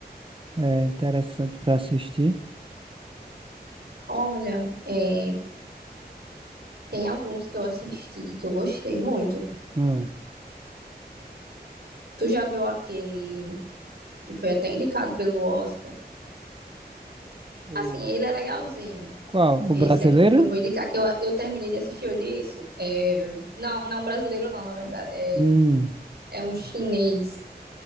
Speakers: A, on the right; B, on the right.
A: é, interessante pra assistir?
B: Olha, é, tem alguns que eu assisti que eu gostei muito.
A: Hum.
B: Tu já viu aquele que foi até indicado pelo Oscar?
A: O,
B: Assim, ele é legalzinho.
A: qual? O
B: Esse
A: brasileiro?
B: aqui que eu vou indicar, que eu, eu terminei de assistir hoje isso. É, não, não é um brasileiro não, na verdade. É,
A: Hum.
B: é um chinês.